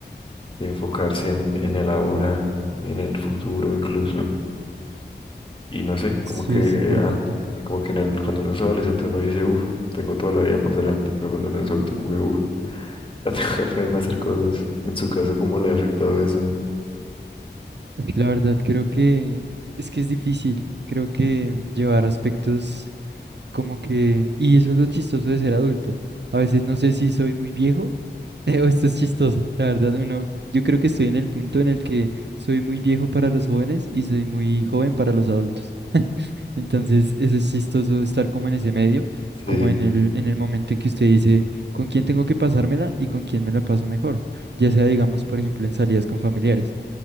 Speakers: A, on the left; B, on the right.
A: de enfocarse en, en el ahora, en el futuro incluso. Y no sé,
B: sí
A: como que,
B: es importante.
A: an- como que en el, cuando uno es adolescente uno dice, uff, tengo toda la vida por delante, pero cuando uno es adulto como que, uff. <laughs> Ya tengo que ponerme a hacer cosas. En su caso, ¿cómo le ha afectado eso?
B: La verdad creo que es que es difícil, creo que llevar aspectos como que, y eso es lo chistoso de ser adulto. A veces no sé si soy muy viejo <laughs> o esto es chistoso. La verdad, uno, yo creo que estoy en el punto en el que soy muy viejo para los jóvenes y soy muy joven para los adultos. Entonces, eso es chistoso estar como en ese medio,
A: Sí.
B: como en el, en el momento en que usted dice con quién tengo que pasármela y con quién me la paso mejor. Ya sea, digamos, por ejemplo, en salidas con familiares.